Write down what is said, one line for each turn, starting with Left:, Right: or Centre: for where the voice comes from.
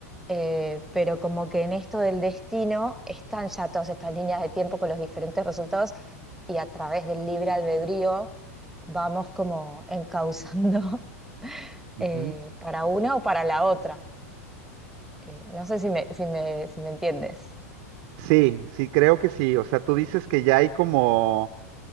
Centre: Eh, pero como que en esto del destino están ya todas estas líneas de tiempo con los diferentes resultados y a través del libre albedrío vamos como encauzando <laughs>
Right: Ujú.
Centre: eh, para una o para la otra. Eh, no sé si me, si me, si me entiendes.
Right: Sí, sí, creo que sí. O sea, tú dices que ya hay como,